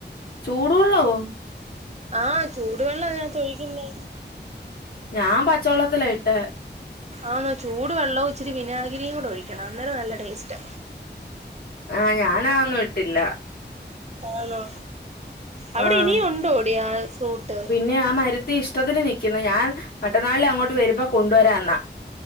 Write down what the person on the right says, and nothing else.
ആഹ് ചൂടുവെള്ളാഅയ്നകത്ത് ഒയ്ക്കുന്നേ.
ആന്നോ ചൂട് വെള്ളവും ച്ചിരി വിനാഗിരിയും കൂടെ ഒഴിക്കണം അന്നേരം നല്ല ടേസ്റ്റാ
ആണോ. അവിടെ
ഇനിയും ഉണ്ടോ ടീ ആ ഫ്രൂട്ട്